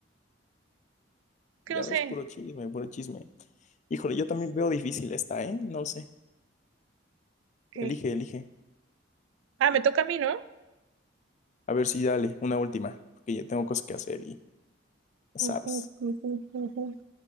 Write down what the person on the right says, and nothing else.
que
no sé.
Ok.
Ah, me toca a mí, ¿no?
Ujú, ujú, ujú.